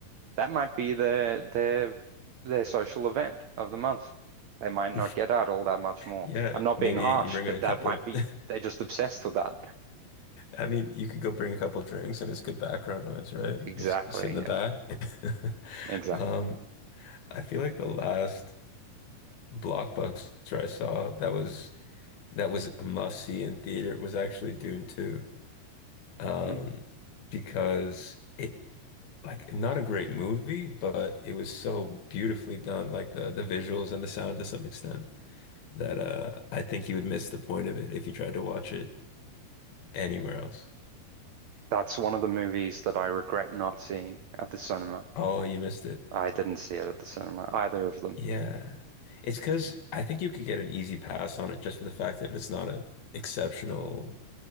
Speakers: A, on the right (about 85°); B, on the left (about 65°).
A: That might be their their their social event of the month. They might
B: <laughs>
A: not get out all that much more.
B: Yeah,
A: I'm not
B: maybe
A: being harsh,
B: you bring
A: but
B: a couple.
A: that might be
B: <laughs>
A: they're just obsessed with that.
B: I mean, you could go bring a couple drinks and it's good background noise, right? You
A: Exactly,
B: Just sit in the
A: yeah.
B: back. <laughs>
A: Exactly.
B: Um, I feel like the last blockbuster I saw that was that was a must see in theater was actually Dune 2. Um,
A: Mm.
B: because it like not a great movie, but it was so beautifully done, like the the visuals and the sound to some extent that uh I think you would miss the point of it if you tried to watch it anywhere else.
A: That's one of the movies that I regret not seeing at the cinema.
B: Oh, you missed it.
A: I didn't see it at the cinema, either of them.
B: Yeah. it's because I think you could get an easy pass on it just for the fact that it's not an exceptional